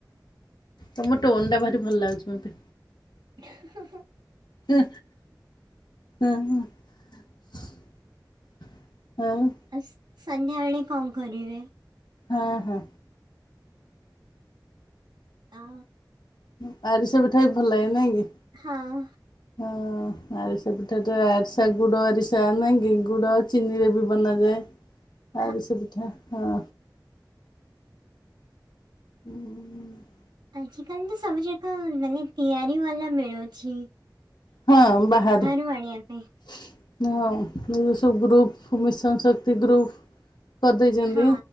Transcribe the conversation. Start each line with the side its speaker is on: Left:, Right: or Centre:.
Left: ତମ ଟୋନଟା ଭାରି ଭଲ ଲାଗୁଛି ମତେ।
Right: ଇହଁ ହଁ ହଁ।
Left: ହୁଁ। <unintelligible> ହଉ।
Right: ଆସ୍ ସନ୍ଧ୍ୟାବେଳେ କଁ କରିବେ?
Left: ହଁ ହଁ।
Right: ଆଁ
Left: ଉଁ ଆରିସା ପିଠା ବି ଭଲ ଲାଗେ ନାଇଁ କି।
Right: ହଁ।
Left: ହଁ ଆରିସା ପିଠା ତ ଆରିସା ଗୁଡ ଆରିସା ନାଇଁ କି ଗୁଡ ଚିନିରେ ବି ବନାଯାଏ।
Right: <unintelligible>
Left: ଆରିସା ପିଠା ହଁ। ହୁଁ
Right: ଆଜ କାଲି ତ ସବୁ ଯାକ ମାନେ ତିଆରି ବାଲା ମିଳୁଛି।
Left: ହଁ ବାହାରେ।
Right: ମୁ ଆଣିଆ ପେଇଁ।
Left: <unintelligible> ଯୋଉ ସବୁ ଗ୍ରୁପ୍ ମିଶନ ଶକ୍ତି ଗ୍ରୁପ୍ କରି ଦେଇଛନ୍ତି
Right: ହଁ